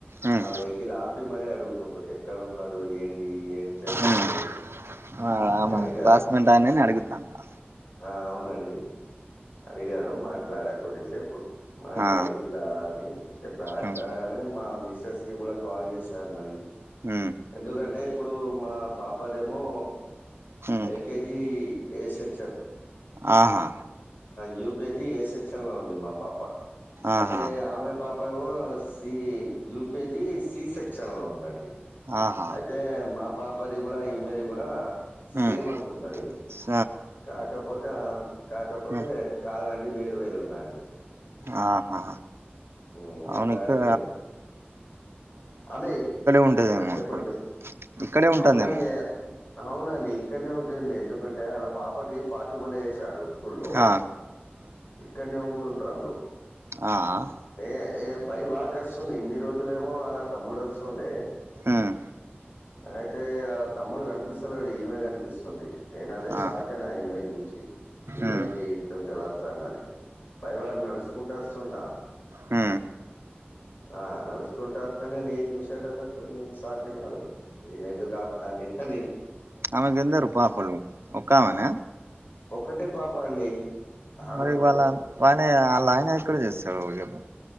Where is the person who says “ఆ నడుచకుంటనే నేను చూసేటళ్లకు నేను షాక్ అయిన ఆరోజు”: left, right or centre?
Left